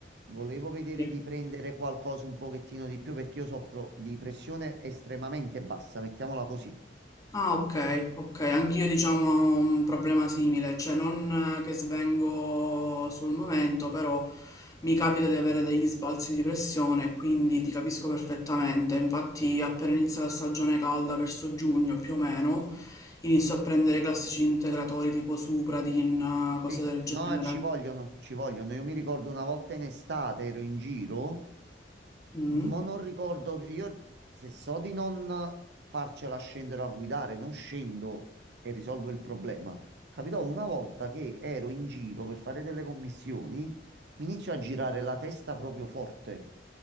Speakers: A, on the right; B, on the left.
A: volevo vedere
B: Sì.
A: di prendere qualcosa un pochettino di più perché io soffro di pressione estremamente bassa, mettiamola così.
B: Ah, ok, ok, anch'io diciamo ho un problema simile, cioè non eh, che svengo sul momento, però mi capita di avere degli sbalzi di pressione, quindi ti capisco perfettamente. Infatti, appena inizia la stagione calda, verso giugno più o meno, inizio a prendere i classici integratori tipo Supradin, eh, cose
A: Sì,
B: del
A: no,
B: genere.
A: ci vogliono, ci vogliono. Io mi ricordo una volta in estate ero in giro,
B: Mm.
A: ma non ricordo, io se so di non farcela scendere a guidare, non scendo e risolvo il problema. Capitò una volta che ero in giro per fare delle commissioni, mi inizio a girare la testa proprio forte.